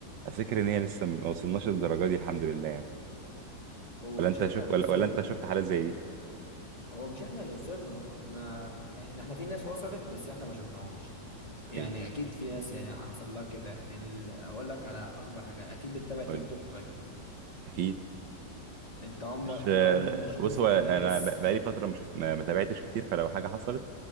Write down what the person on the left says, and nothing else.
هو
مش
احنا
اللي
وصلنا
يعني
هو مش احنا اللي وصلنا هو احنا يعني احنا في ناس وصلت بس احنا ما شفناهمش
يعني اكيد في ناس يعني حصل لها كده ال... اقول لك على اكبر حاجة اكيد بتتابع تيك
توك طيب
انت عمرك
انا عمري ما شفت
ناس